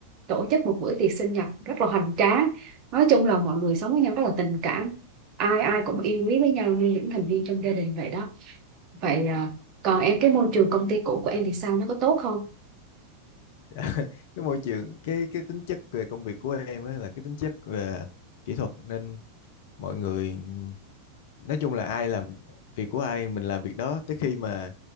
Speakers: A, on the right (about 35°); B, on the left (about 50°).
A: tổ chức một bữa tiệc sinh nhật rất là hoành tráng nói chung là mọi người sống với nhau rất là tình cảm ai ai cũng yêu quý với nhau như những thành viên trong gia đình vậy đó vậy à, còn em cái môi trường công ty cũ của em thì sao nó có tốt không
B: <laughs> Cái môi trường cái cái tính chất về công việc của em á là cái tính chất về kỹ thuật nên mọi người nói chung là ai làm việc của ai mình làm việc đó tới khi mà